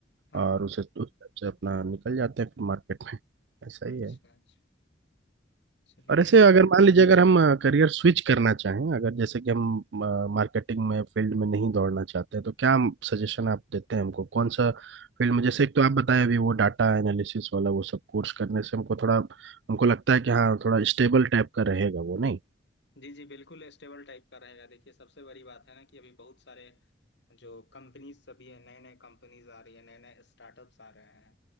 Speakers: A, on the left (about 65°); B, on the right (about 70°).
A: हाँ
B: और उसे उस हिसाब से अपना निकल जाते हैं फिर मार्केट में ऐसा
A: अच्छा
B: ही है
A: अच्छा चलिए
B: और ऐसे अगर मान लीजिए अगर हम करियर स्विच करना चाहें अगर जैसे कि हम मार्केटिंग में फील्ड में नहीं दौड़ना चाहते तो क्या सजेशन आप देते हैं हमको कौन सा फील्ड में जैसे एक तो आप बताएं अभी वो डाटा एनालिसिस वाला वो सब कोर्स करने से हमको थोड़ा हमको लगता है कि हाँ थोड़ा स्टेबल टाइप का रहेगा वो नहीं
A: जी जी बिल्कुल स्टेबल टाइप का रहेगा देखिए सबसे बड़ी बात है ना कि अभी बहुत सारे जो कंपनीज सभी है नए नए कंपनीज आ रही है नए नए स्टार्टअप्स आ रहे हैं